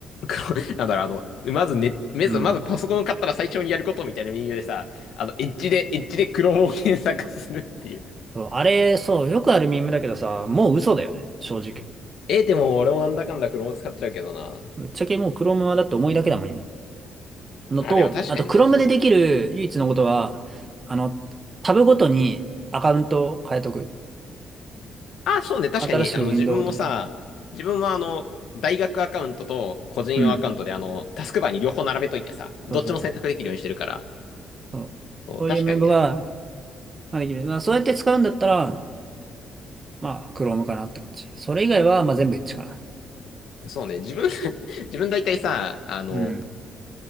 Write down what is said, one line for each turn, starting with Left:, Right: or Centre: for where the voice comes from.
Left: Chrome <laughs> なんだろう、あの、まずね、まず、
Right: うん。
Left: まずパソコンを買ったら最初にやることみたいな理由でさ、あの、エッジで、エッジで Chrome を検索するっていう。
Right: そう、あれ、そう、よくあるミームだけどさ、もう嘘だよね、正直。
Left: え、でも俺もなんだかんだ Chrome 使っちゃうけどな。
Right: ぶっちゃけもう Chrome はだって重いだけだもん、今。のと、
Left: まあ、でも確かにね、
Right: あと Chrome
Left: そう。
Right: でできる唯一のことは、あの、タブごとにアカウントを変えとく。
Left: あ、そうね、確かに、
Right: 新しくウィンドウごとに。
Left: あの、自分もさ、自分はあの、大学アカウントと個人用アカウントで、
Right: うん。
Left: あの、タスクバーに両方並べといてさ、
Right: そうそうそう。
Left: どっちも選択できるようにしてるから、
Right: そうそういうメモが、
Left: そう、確かにね、
Right: まあ、できる。まあ、そうやって使うんだったら、まあ、Chrome かなって感じ。それ以外は、まあ、全部エッチかな。
Left: そうね、自分 <laughs> 自分大体さ、あの、
Right: うん。